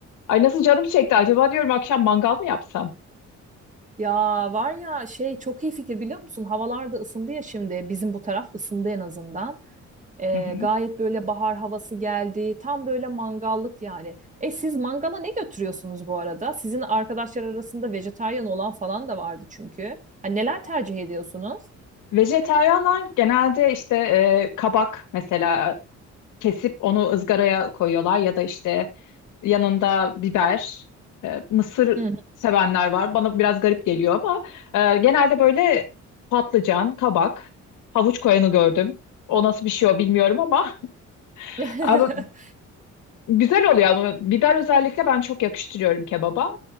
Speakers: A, on the left; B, on the right.
A: Ay nasıl canım çekti acaba diyorum akşam mangal mı yapsam?
B: ya var ya şey çok iyi fikir biliyor musun? Havalar da ısındı ya şimdi bizim bu taraf ısındı en azından. Ee,
A: Hı hı.
B: gayet böyle bahar havası geldi. Tam böyle mangallık yani. E siz mangala ne götürüyorsunuz bu arada? Sizin arkadaşlar arasında vejetaryen olan falan da vardı çünkü. Hani neler tercih ediyorsunuz?
A: Vejeteryanlar genelde işte e, kabak mesela kesip onu ızgaraya koyuyorlar ya da işte yanında biber, e, mısır
B: Hı hı.
A: sevenler var. Bana biraz garip geliyor ama e, genelde böyle patlıcan, kabak, havuç koyanı gördüm. O nasıl bir şey o bilmiyorum ama <laughs>
B: <laughs>
A: ama güzel oluyor ama biber özellikle ben çok yakıştırıyorum kebaba.